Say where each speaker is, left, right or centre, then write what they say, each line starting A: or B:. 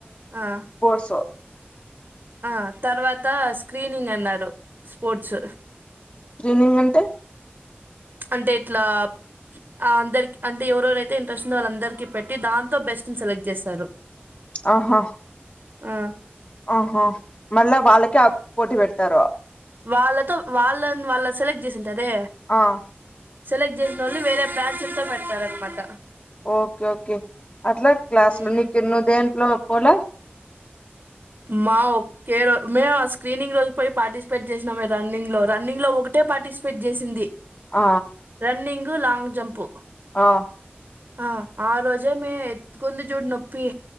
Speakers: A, on the right (about 55°); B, on the left (about 30°).
A: ఆ
B: కోర్సు
A: ఆ తర్వాత స్క్రీనింగ్ అన్నారు స్పోర్ట్స్
B: స్క్రీన్స్నింగ్ అంటే
A: అంటే ఇట్లా ఆ అందరికి అంటే ఎవరెవరైతే ఇంట్రెస్ట్ ఉందో వాళ్ళందరిక పెట్టి దాంతో బెస్ట్ ని సెలెక్ట్ చేస్తారు
B: ఆహా
A: ఆ
B: ఆహో మళ్ళా వాళ్ళకే పోటీ పెడతారు
A: వాళ్ళతో వాళ్ళ వాళ్ళ సెలెక్ట్ చేసింటదే
B: ఆ
A: సెలెక్ట్ చేసినోల్ని వేరే బ్రాంచ్లతో పెడతారనమాట
B: ఓకే ఓకే అట్లా క్లాస్
A: మ్మ్.
B: లో నీకు నువ్ దేంట్లో పోలా
A: మా ఒక్కే రో మేము ఆ స్క్రీనింగ్ రోజు పోయి పార్టిసిపేట్ చేసినాం రన్నింగ్ లో రన్నింగ్ లో ఒకటి పార్టిసిపేట్ చేసింది
B: ఆ
A: రన్నింగు లాంగ్ జంపు
B: ఆ
A: ఆ ఆ రోజే మే ఎక్కుంది చూడు నొప్పి